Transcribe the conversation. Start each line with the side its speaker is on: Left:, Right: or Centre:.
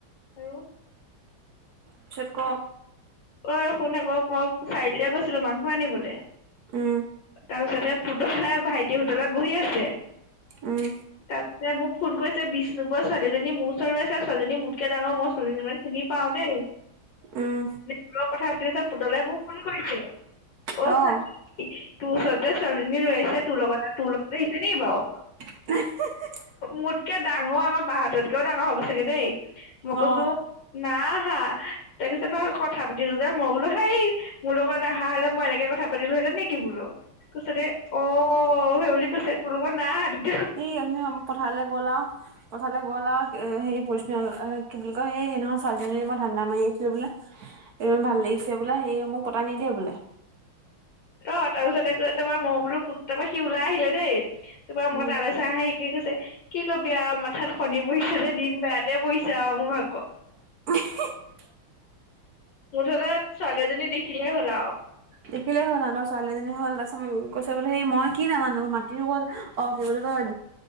Left: আৰু
Right: পিছত ক?
Left: ঐ শুন আকৌ <unintelligible> চাৰিআলিলে গৈছিলো মাংস আনিবলে
Right: উম,
Left: তাৰপিছতে পুতলাৰ ভাইটি হোটেলত বহি আছে
Right: উম,
Left: তাৰপিনে মোক ফোন কৰিছে বিষ্ণুপুৰৰ ছোৱালীজনীয়ে মোৰ ওচৰলে আছে ছোৱালীজনী মোতকে ডাঙৰ মই ছোৱালীজনী মানে চিনি পাওঁ দেই।
Right: উম,
Left: মোৰ লগত কথা পাতি আছে পুতলাই বোৰ ফোন কৰিছে অ,
Right: অহ
Left: ছোৱালী তোৰ ওচৰতে ছোৱালীজনী ৰৈ আহিছে তোৰ লগত আৰ তোৰ লগতে আহিছে নি বাও?
Right: এ হে হে।
Left: মোতকে ডাঙৰ আমাৰ বাহততকেও ডাঙৰ হ'ব চাগে দেই। মই
Right: অ
Left: কৈছো না হা তই কৈছে নহয়, ক'ত। কথা পাতিলো যে মই বোলো সেই মোৰ লগত অহা হ'লে মই এনেকে কথা পাতিলোহেতেন নি বোলো। কৈছে দে অ সেইবুলি কৈছে তো লগত নাইহা দু-
Right: উঠনি অম পথাৰলে গ'লাও পথাৰলে গ'লাও সেই <unintelligible> কি বুলি কয় সেই সেইদিনাখন ছোৱালীজনীৰে মই ধান্দা মাৰি বোলে এই ভাল লাগিছে বোলে সেই মোক পতাই নিদিয়া বোলে।
Left: অ তাৰপিছতে আক তা পা মও বোলো পুত তা পা সি ওলাই আহিলে দেই। তা পা মই
Right: উম
Left: তালে চাই হাঁহি কি কৈছে কি কবি আও মাথাত শনি পৰিহিছে যে দিন বেয়াতে পৰিছে আও মোৰ ভাগ।
Right: <unintelligible>
Left: মুঠতে ছোৱালী এজনী দেখিলেই হ'ল আও।
Right: দেখিলেই হ'ল আও তা ছোৱালীজনী হ'ল তাছত কৈছে বোলে সেই মই কি নাজানো মাটিৰ ওপৰত অ কি বুলি কয়